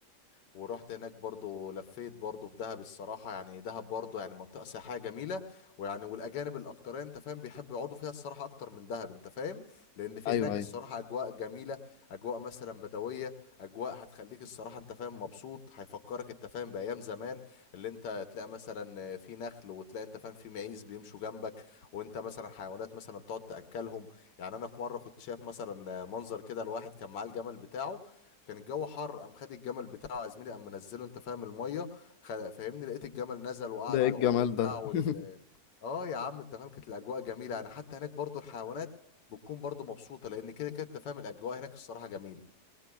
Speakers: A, on the left (about 80°); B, on the left (about 70°).
A: ورحت هناك برضو لفيت برضو في دهب الصراحة يعني دهب برضو يعني منطقة سياحية جميلة ويعني والأجانب الأكترية أنت فاهم بيحبوا يقعدوا فيها الصراحة أكتر من دهب أنت فاهم لأن في
B: أيوه
A: هناك
B: أيوه
A: الصراحة أجواء جميلة أجواء مثلا بدوية أجواء هتخليك الصراحة أنت فاهم مبسوط هيفكرك أنت فاهم بأيام زمان اللي أنت تلاقي مثلا في نخل وتلاقي أنت فاهم في معيز بيمشوا جنبك وأنت مثلا حيوانات مثلا تقعد تأكلهم يعني انا في مره كنت شايف مثلا منظر كده الواحد كان معاه الجمل بتاعه كان الجو حر قام خد الجمل بتاعه يا زميلي قام منزله انت فاهم الميه خل- فاهمني لقيت الجمل نزل وقعد
B: ده إيه
A: يعوم
B: الجمال
A: وبتاع
B: ده <laughs>
A: وال اه يا عم انت فاهم كانت الاجواء جميله يعني حتى هناك برضو الحيوانات بتكون برضو مبسوطه لان كده كده انت فاهم الاجواء هناك الصراحه جميله